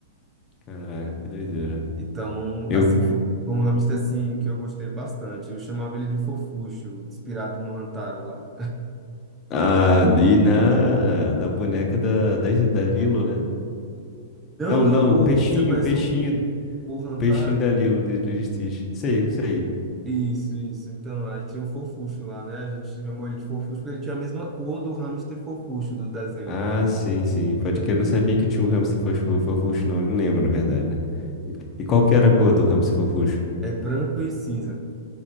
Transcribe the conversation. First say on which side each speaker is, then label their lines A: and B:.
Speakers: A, on the left (about 30°); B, on the right (about 20°).
A: Caraca,
B: né?
A: que doideira.
B: Então,
A: Eu
B: assim, foi foi um hamster assim que eu gostei bastante. Eu chamava ele de Fofuxo, inspirado no Rantaro lá.
A: ali na, na boneca da, da, da Lilo, né?
B: Não,
A: Não,
B: não,
A: não,
B: o-
A: o peixinho,
B: você conhece
A: o peixinho,
B: o, o, Rantaro?
A: o peixinho da Lilo de Lilo e Stitch. Isso aí,
B: Isso, isso. Então, aí tinha o Fofuxo lá, né? A gente chamou ele de Fofuxo porque ele tinha a mesma cor do hamster Fofuxo do desenho.
A: Ah, sim, sim. Pode que Eu não sabia que tinha um hamster fofo- fofucho, não. Nem lembro, na verdade, né? E e qual que era a cor do hamster fofucho?
B: É branco e cinza.